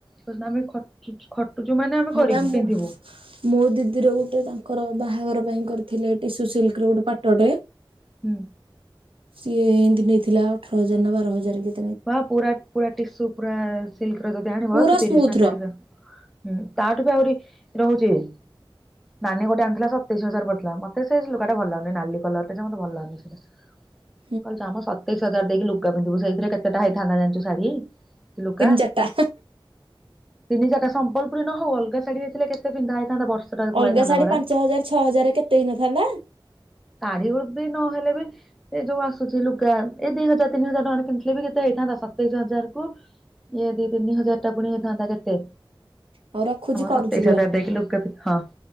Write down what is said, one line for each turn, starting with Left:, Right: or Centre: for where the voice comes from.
Centre: କହୁଛନ୍ତି ଆମେ ଖ। ଖଟୁଛୁ ମାନେ ଆମେ
Right: ହଁ
Centre: କରିବୁ
Right: ବା ମୁଁ
Centre: ପିନ୍ଧିବୁ।
Right: ମୋ ଦିଦିର ଗୋଟେ ତାଙ୍କର ବାହାଘର ପାଇଁ କରିଥିଲେ ଟିସୁ ସିଲ୍କ ର ଗୋଟେ ପାଟଟେ।
Centre: ହୁଁ।
Right: ସିଏ ଏମିତି ନେଇଥିଲା ଅଠର ହଜାର ନା ବାର ହଜାର କେ।
Centre: ବା ପୁରା ପୁରା ଟିସୁ ପୁରା ସିଲକ ର ଯଦି ଆଣିବ
Right: ପୁରା
Centre: ସେ
Right: ସ୍ମୁଥ
Centre: ତିରିଶ ନା
Right: ର
Centre: ଚାଳିଶ ହଜାର। ହୁଁ, ତାଠୁ ବି ଆହୁରି ରହୁଛି। ନାନୀ ଗୋଟେ ଆଣିଥିଲା ସତେଇଶି ହଜାର ପଡିଥିଲା ମତେ ସେ ଲୁଗାଟା ଭଲ ଲାଗୁନି ନାଲି କଲର ଟା ଯେ ମୋତେ ଭଲ ଲାଗୁନି ସେଟା।
Right: ଟ <inaudible>
Centre: କଣ କାମ ଆମ ସତେଇଶ ହଜାର ଦେଇକି ଲୁଗା ପିନ୍ଧିବୁ ସେଇଥିରେ କେତେଟା ହେଇଥାନ୍ତା ଜାଣିଛୁ ଶାଢୀ। ଲୁଗା
Right: ତିନି ଚାରିଟା
Centre: ତିନି ଚାରିଟା ସମ୍ବଲପୁରୀ ନ ହଉ ଅଲଗା ଶାଢ଼ି ହେଇଥିଲେ କେତେ। କେତେ ପିନ୍ଧା ହେଇଥାନ୍ତା ବର୍ଷ ଟା
Right: ଅଲଗା
Centre: ପଳେଇଥାନ୍ତା
Right: ଶାଢୀ
Centre: ପରା।
Right: ପାଞ୍ଚ ହଜାର ଛଅ ହଜାର କେତେ ହେଇନଥାନ୍ତା
Centre: ଶାଢୀ ବି ନହେଲେ ବି ଏ ଯୋଉ ଆସୁଛି ଲୁଗା ଏଇ ଦି ହଜାର ତିନି ହଜାର ଟଙ୍କାରେ କି। ସିଏବି କେତେ ହେଇଥାନ୍ତା ସତେଇଶି ହଜାର କୁ ଇଏ ଦି ତିନି ହଜାର ଟା ପୁଣି ହେଇଥାନ୍ତା କେତେ।
Right: ହଉ ରଖୁଛି କରୁଛି
Centre: ସତେଇସି
Right: ରୁହ।
Centre: ହଜାର ଦେଇକି ଲୁଗା ପିନ୍ଧିବୁ ହଁ।